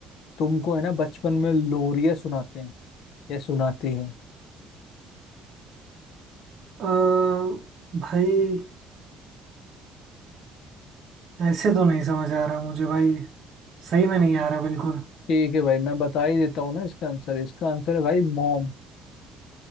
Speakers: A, on the left (about 60°); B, on the right (about 45°).
A: तुमको है ना बचपन में लोरिया सुनाते हैं या सुनाती है
B: अ, भाई ऐसे तो नहीं समझ आ रहा मुझे भाई सही में नहीं आ रहा बिल्कुल
A: ठीक है भाई मैं बता ही देता हूँ ना इसका आंसर इसका आंसर है भाई मॉम